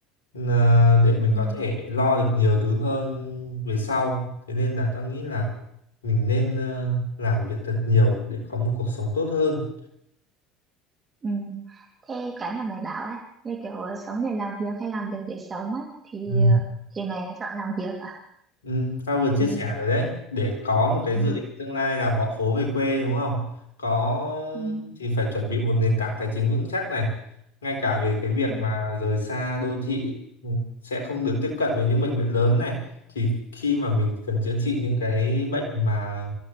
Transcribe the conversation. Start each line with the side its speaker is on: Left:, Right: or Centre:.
Left: Là để mình
Right: ừ.
Left: có thể lo được nhiều thứ hơn về sau thế nên là tao nghĩ là mình nên ờ, làm việc thật nhiều để có một cuộc sống tốt hơn
Right: Ừ. thế cái mà mày bảo ấy như kiểu ờ, sống để làm việc hay làm việc để sống ấy thì
Left: Ừ.
Right: ờ, thì mày đã chọn làm việc à
Left: Ừ, tao vừa chia
Right: mình
Left: sẻ rồi đấy để có một cái
Right: ờ,
Left: dự định tương lai là bỏ phố về quê đúng không có
Right: Ừ.
Left: thì phải chuẩn bị một nền tảng tài chính vững chắc này ngay cả về cái việc
Right: Ừ.
Left: mà rời xa đô thị ừ, sẽ không được tiếp cận với những bệnh viện lớn này thì khi mà mình cần chữa trị những cái bệnh mà